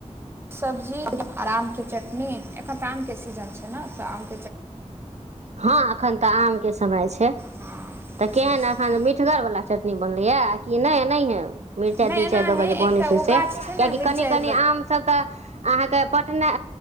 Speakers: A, on the right (about 20°); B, on the right (about 65°).
A: सब्जी आर आम के चटनी एखन तऽ आम के सीजन छै न तऽ आम
B: हॅं एखन तऽ आम के समय छै
A: हँ
B: तऽ केहन
A: से छै
B: एखन मिठगरवला चटनी बनलैए कि नहि नहिथं मिरचाई
A: नहि
B: तिरचाई
A: एनाहे
B: दऽ केऽ जे बनै
A: एकटा
B: छै
A: ओ
B: से
A: गाछ छै
B: कियाकि
A: ने मिरचाइ
B: कनि कनि आम ई सब त अहाँके पटनाइ